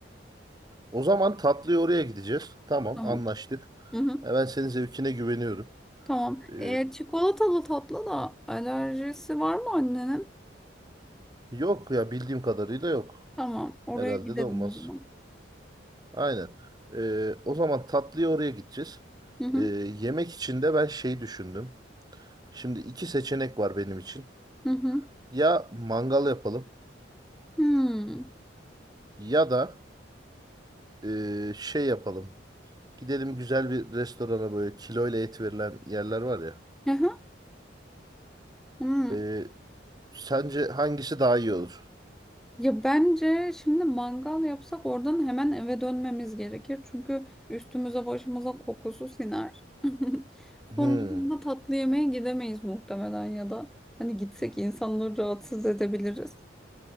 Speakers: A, on the right; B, in the centre.
A: O zaman tatlıya oraya gideceğiz. Tamam,
B: Tamam.
A: anlaştık.
B: Hı hı.
A: Ya ben senin zevkine güveniyorum.
B: Tamam.
A: Ee,
B: E, çikolatalı tatlı da alerjisi var mı annenin?
A: yok ya bildiğim kadarıyla yok.
B: Tamam. Oraya
A: Herhalde
B: gidelim
A: de olmaz.
B: o zaman.
A: Aynen. Ee, o zaman tatlıya oraya gideceğiz.
B: Hı hı.
A: Ee, yemek için de ben şey düşündüm. Şimdi iki seçenek var benim için.
B: Hı hı.
A: Ya mangal yapalım
B: Hmm.
A: ya da e, şey yapalım. Gidelim güzel bir restorana böyle kiloyla et verilen yerler var ya.
B: Hı hı. Hmm.
A: Ee, sence hangisi daha iyi olur?
B: Ya bence şimdi mangal yapsak oradan hemen eve dönmemiz gerekir. Çünkü üstümüze başımıza kokusu siner. <laughs>
A: Hmm.
B: Sonrasında tatlı yemeğe gidemeyiz muhtemelen ya da hani gitsek insanları rahatsız edebiliriz.